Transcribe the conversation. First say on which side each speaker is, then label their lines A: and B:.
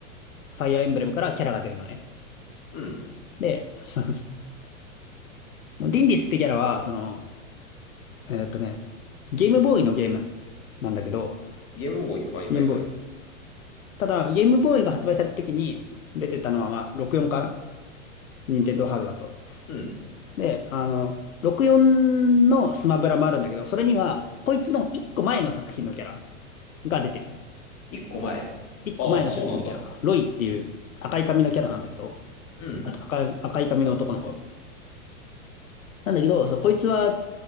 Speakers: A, on the left; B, on the left.
A: ファイアーエンブレムからキャラが出るのね。
B: うん。
A: で、そのもうディンディスってキャラは、その、えーっとね、ゲームボーイのゲームなんだけど、
B: ゲームボーイ。はいはいはい。
A: ゲームボーイ。ただ、ゲームボーイが発売された時に出てたのは、まあ、64かな任天堂ハードだと。
B: うん。
A: で、あの、64のスマブラもあるんだけど、それには、こいつの一個前の作品のキャラが出てる。
B: 一個前。
A: 一個前の作品のキャラ。
B: ああ、そうなんだ。
A: ロイっていう赤い髪のキャラなんだけど、
B: うん。
A: あと赤い、赤い髪の男の子。なんだけど、そう、こいつは、